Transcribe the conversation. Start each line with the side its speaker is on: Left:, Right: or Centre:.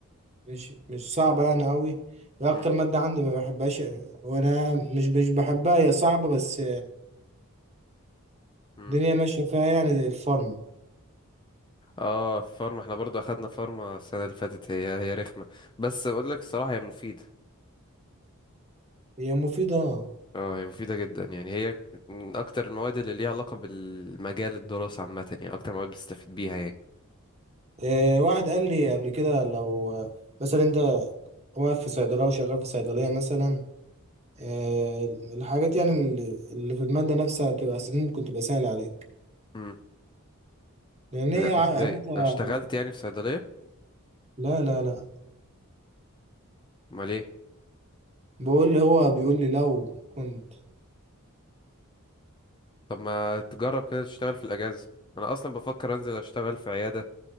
Right: مش مش صعبة يعني أوي هي أكتر
Left: مم.
Right: مادة عندي ما بحبهاش وأنا مش مش بحبها هي صعبة بس
Left: مم.
Right: الدنيا ماشية فيها يعني زي الفارم
Left: اه فارما احنا برضو أخدنا فارما السنة اللي فاتت هي هي رخمة بس بقول لك الصراحة هي مفيدة
Right: هي مفيدة آه.
Left: اه هي مفيدة جدا يعني هي من أكتر المواد اللي ليها علاقة بالمجال الدراسة عامة يعني أكتر مواد بتستفيد بيها يعني
Right: آه، واحد قال لي قبل كده لو مثلا أنت واقف في صيدلية وشغال في صيدلية مثلا آه، الحاجات يعني اللي اللي في المادة نفسها تبقى س- ممكن تبقى سهلة عليك
Left: مم.
Right: لأن
Left: لا
Right: هي عادتها
Left: ازاي لو اشتغلت يعني في صيدلية
Right: لا لا لا
Left: امال ايه
Right: بقول لي هو بيقول لي لو كنت
Left: طب ما تجرب كده تشتغل في الاجازه انا اصلا بفكر انزل اشتغل في عياده